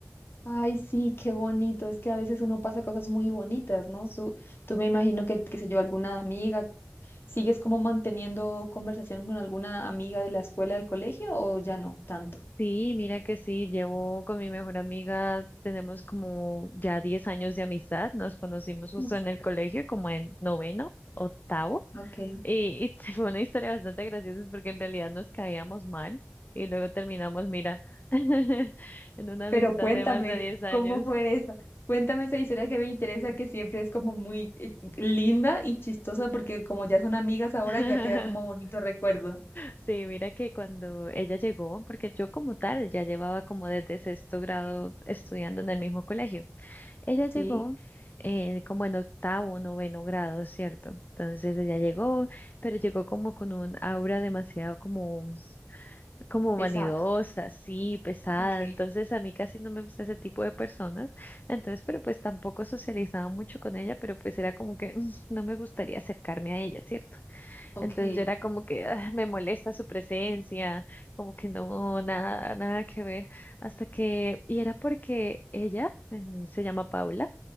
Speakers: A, on the left; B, on the left.
A: Ay, sí, qué bonito. Es que a veces uno pasa cosas muy bonitas, ¿no? Su- tú me imagino que, qué sé yo, alguna amiga, ¿sigues como manteniendo conversación con alguna amiga de la escuela, del colegio o ya no tanto?
B: Sí, mira que sí, llevo con mi mejor amiga, tenemos como ya 10 años de amistad, nos conocimos justo
A: Uf,
B: en el colegio, como en noveno, octavo,
A: Ok,
B: y, y <laughs> fue una historia bastante graciosa porque en realidad nos caíamos mal y luego terminamos, mira, <laughs> en una
A: pero
B: amistad
A: cuéntame,
B: de más de 10 años.
A: ¿cómo fue eso? Cuéntame esa historia que me interesa, que siempre es como muy eh, linda y chistosa porque como ya son amigas ahora,
B: <laughs>
A: ya queda como bonito recuerdo.
B: Sí, mira que cuando ella llegó, porque yo como tal ya llevaba como desde sexto grado estudiando en el mismo colegio. Ella llegó
A: Sí,
B: eh, como en octavo, noveno grado, ¿cierto? Entonces ella llegó, pero llegó como con un aura demasiado como, como
A: pesada.
B: vanidosa, así, pesada.
A: Ok.
B: Entonces a mí casi no me gusta ese tipo de personas. Entonces, pero pues tampoco socializaba mucho con ella, pero pues era como que mm, no me gustaría acercarme a ella, ¿cierto?
A: Ok,
B: Entonces yo era como que "Ah, me molesta su presencia, como que no, nada, nada que ver. Hasta que, y era porque ella, eh, se llama Paula,